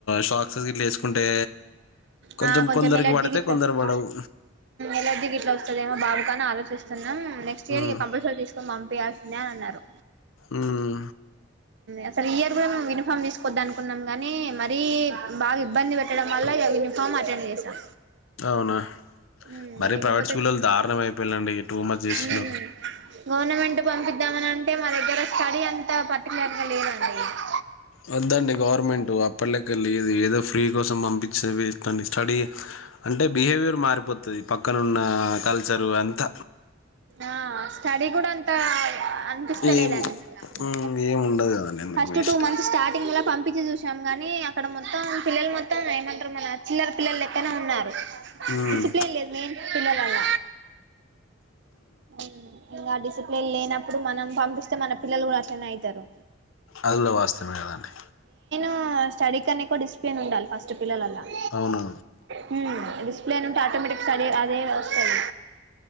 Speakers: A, on the left; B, on the right.
A: షాక్సెస్ గట్ వేసుకుంటే కొంచెం
B: ఆ
A: కొందరికి
B: ఎలర్జీ
A: పడితే
B: గిట్ల
A: కొందరు
B: వస్తది
A: పడవు
B: ఎలర్జీ గిట్లా వస్తదేమో బాబుకని ఆలోచిస్తున్నాం నెక్స్ట్ ఇయర్
A: ఉమ్
B: ఇక కంపల్సరీ తీసుకొని పంపియాల్సిందే అని అన్నారు
A: ఉమ్
B: అ స ఇయర్ కూడా మేము యూనిఫామ్ తీసుకోద్దా అనుకున్నాం కానీ మరీ బాగా ఇబ్బంది పెట్టడం వల్ల యూనిఫామ్ అటెండ్ చేసాం
A: అవునా
B: మ్
A: మరీ
B: లేకపోతే
A: ప్రైవేట్ స్కూల్ళ దారుణం అయిపోయిలండి టూ మంత్స్ చేస్తున్నారు
B: మ్ గవర్నమెంట్ పంపిద్దామని అంటే మా దగ్గర స్టడీ అంతా పర్టికులర్ గా లేదండి అ
A: వద్దండి గవర్నమెంటు అప్పల్లకి వెళ్ళదు ఏదో ఫ్రీ కోసం పంపించే వేస్ అండి స్టడీ అంటే బిహేవియర్ మారిపోతుంది పక్కనున్న కల్ చరు అంత
B: ఆహ్ స్టడీ కూడా అంత అనిపిస్తలేదండి
A: ఏం
B: మళ్ల
A: మ్మ్ ఏం ఉండదు కదండి ఎందుకు
B: first
A: waste
B: two months starting లో పంపి. పప్పచ్చి చూసాం గాని అక్కడ మొత్తం పిల్లలు మొత్తం ఏయమంటారు మన చిల్లల పిల్లలు ఎక్కనే ఉన్నారు
A: మ్మ్
B: డిసిప్లిన్ లేదు మెయిన్ పిల్లలల్ మ్మ్ ఇంగా డిసిప్లేన్ లేనప్పుడు మనం పంపిస్తే మన పిల్లలు కూడా అట్లనే అయితరు
A: అది కూడ వాస్తవమే కదాండి
B: ఆ స్టడీ కన్నా ఎక్కువ డిసిప్లేన్ ఉండాలి ఫస్ట్ పిల్లలన్నాక
A: అవును
B: హ్మ్ డిస్ప్లేన్ ఉంటే ఆటోమేటిక్ చదువు అదే వస్తది